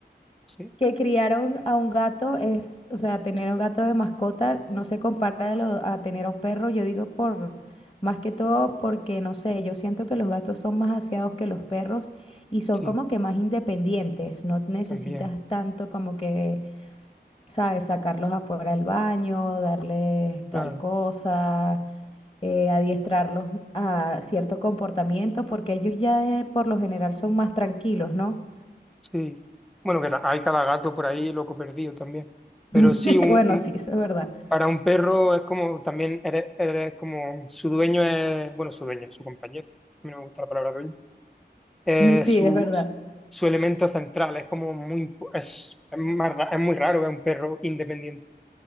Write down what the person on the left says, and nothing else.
que criar a un, a un gato es, o sea, tener un gato de mascota no se compara de lo- a tener a un perro, yo digo por, más que todo porque, no sé, yo siento que los gatos son más aseados que los perros y son
como que más independientes, no necesitas
tanto como que, sabes, sacarlos afuera al baño, darles tal
cosa. eh, adiestrarlos a cierto comportamiento porque ellos ya eh, por lo general son más tranquilos, ¿no?
<laughs>
Bueno,
sí, eso es verdad.
<laughs> Sí,
es verdad.